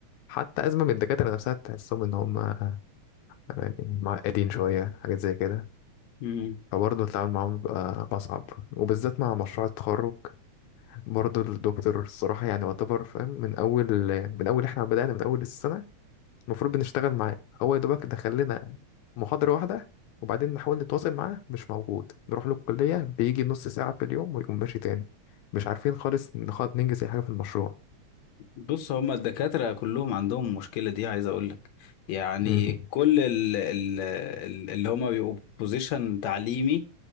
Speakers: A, on the left (about 80°); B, on the left (about 70°).
A: حتى ازمه من الدكاتره نفسها تحسهم ان هم آه، يعني معقدين شويه حاجات زي كده
B: امم
A: فبرضه التعامل معاهم بيبقى أصعب وبالذات مع مشروع التخرج برضه الدكتور الصراحة يعني يعتبر فاهم من أول من أول إحنا بدأنا من أول السنة المفروض بنشتغل معاه هو يا دوبك دخل لنا محاضرة واحدة وبعدين نحاول نتواصل معاه مش موجود نروح له الكلية بيجي نص ساعة في اليوم ويقوم ماشي تاني مش عارفين خالص نخاط ننجز أي حاجة في المشروع
B: بص هما الدكاترة كلهم عندهم المشكلة دي عايز اقول لك يعني
A: مم.
B: كل ال ال ال- اللي هما بيبقوا بوزيشن تعليمي